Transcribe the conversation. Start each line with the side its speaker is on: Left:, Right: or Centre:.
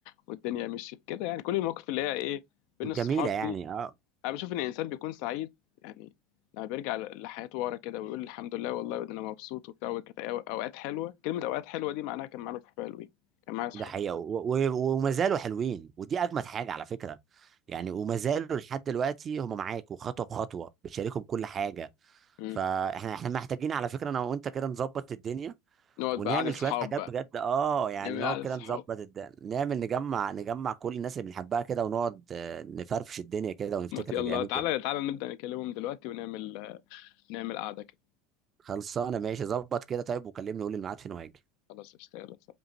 Left: والدنيا مشيت كده يعني كل المواقف اللي هي ايه بين
Right: جميله
Left: الصحاب
Right: يعني
Left: دي
Right: اه
Left: انا بشوف ان الانسان بيكون سعيد يعني لما بيرجع ل- لحياته ورا كده ويقول الحمد لله والله ده انا مبسوط وبتاع وكانت أيا- اوقات حلوه كلمه اوقات حلوه دي معناها كان معانا صحاب حلوين كان معايا صحاب
Right: ده حقيقه و- و- وما زالوا حلوين ودي اجمد حاجه على فكره يعني وما زالوا لحد دلوقتي هم معاك وخطوه بخطوه بتشاركهم كل حاجه
Left: مم.
Right: فاحنا احنا محتاجين على فكره انا وانت كده نظبط الدنيا
Left: نقعد
Right: ونعمل
Left: بقى قعده صحاب
Right: شويه حاجات
Left: بقى
Right: بجد اه يعني
Left: نعمل
Right: نقعد
Left: قعده
Right: كده
Left: صحاب
Right: نظبط الد... نعمل نجمع نجمع كل الناس اللي بنحبها كده ونقعد آه، نفرفش الدنيا كده ونفتكر
Left: يلا
Right: الايام
Left: تعالى
Right: الجميله
Left: تعالى نبدا نكلمهم دلوقتي ونعمل نعمل قعده كده
Right: خلصانه ماشي ظبط كده طيب وكلمني قول الميعاد فين وهاجي
Left: خلاص اشتغل